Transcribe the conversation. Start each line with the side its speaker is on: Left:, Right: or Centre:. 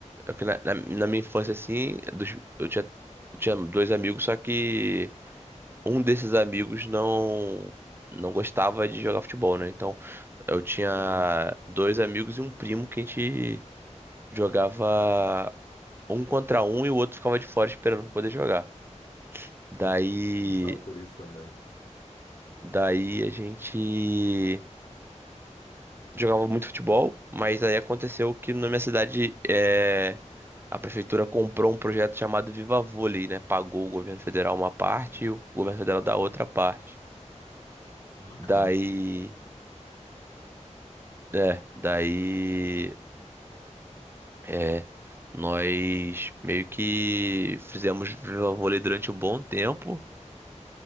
Right: eu que na, na- na minha infância, assim, dos- eu tinha, eu tinha dois amigos, só que. um desses amigos não não gostava de jogar futebol, né? Então eu tinha
Left: Uhum.
Right: dois amigos e um primo que a gente jogava um contra um e o outro ficava de fora esperando pra poder jogar. Daí
Left: <laughs> passava por isso também.
Right: daí a gente jogava muito futebol, mas aí aconteceu que na minha cidade é, a prefeitura comprou um projeto chamado Viva Vôlei, né? Pagou o governo federal uma parte e o governo federal da outra parte.
Left: Bacana.
Right: Daí é, daí É, nós meio que fizemos vôlei durante um bom tempo.